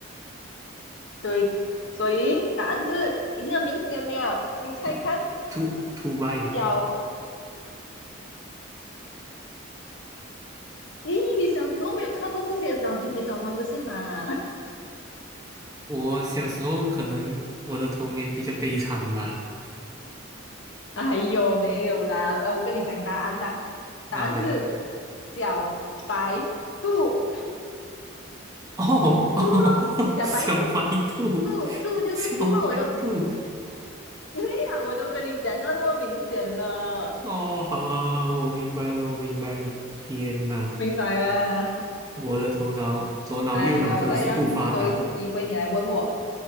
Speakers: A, on the left; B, on the right.
A: 对，所以答案是已经很明显了，你猜看
B: 兔兔兔白。
A: 小。咦，你小时候没有看过这些脑筋急转弯的是吗？
B: 我小时候可能我的童年比较悲惨吧，
A: 哎呦，没有啦，呃，我跟你讲答案啦，答案是小白兔，
B: 啊，来吧，哦，<laughs>
A: 兔咯，小白兔，
B: 小白兔，
A: 兔兔就是兔咯，
B: 小白兔，
A: 我都对呀、我都跟你讲到那么明显了，
B: 哦，好好好，我明白了，我明白了，天哪！
A: 明白啊？
B: 我的头脑左脑右脑真的是不发达
A: 来来来，我再让你多一次机会，你来问我，